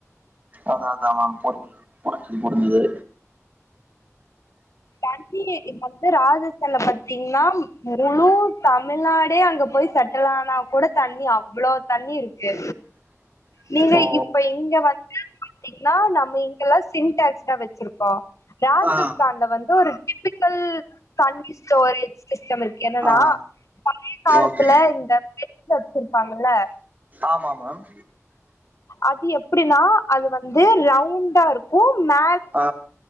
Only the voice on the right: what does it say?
அதா அதா மேம் புரில் புரிஞ்சுது புரிஞ்சுது
<inaudible>
ஓ
ஆ
ஆ
ஓகே
ஆமா மேம்
ஆ